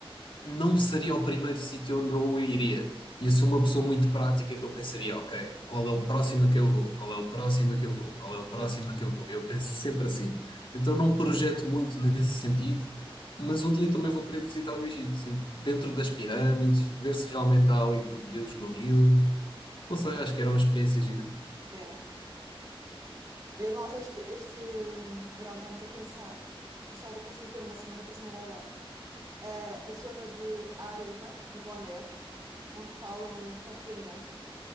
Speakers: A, on the left; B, on the right.
A: não seria o primeiro sítio onde eu iria. E eu sou uma pessoa muito prática, então pensaria, ok, qual é o próximo que eu vou? Qual é o próximo que eu vou? Qual é o
B: Yeah,
A: próximo que eu vou? Eu penso sempre assim. Então não projeto muito nesse sentido, mas um dia também vou querer visitar o Egito, sim. Dentro das pirâmides, ver se realmente há ali crocodilos no Nilo. Não sei, acho que era uma experiência gira.
B: yeah. E nós este, este verão estávamos a pensar, mas só vou conseguir ter uma semana, por isso não vai dar. Ah, a zona de Aruba e Bonaire onde falam papiamento.